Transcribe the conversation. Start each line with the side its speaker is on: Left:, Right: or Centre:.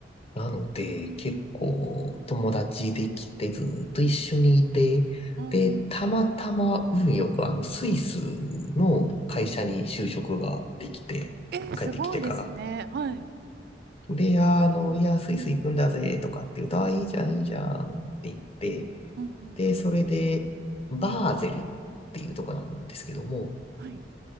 Left: なので、結構友達できてずっと一緒にいて、
Right: うんうん。
Left: で、たまたま運よくあのスイスの会社に就職ができて、
Right: え、すごいですね。
Left: 帰ってきてから。
Right: はい。
Left: で、あの、いや、スイス行くんだぜとかって言うと、あ、いいじゃん、いいじゃんって言って、
Right: うんうん。
Left: で、それで、バーゼルっていうとこなんですけども、
Right: はい。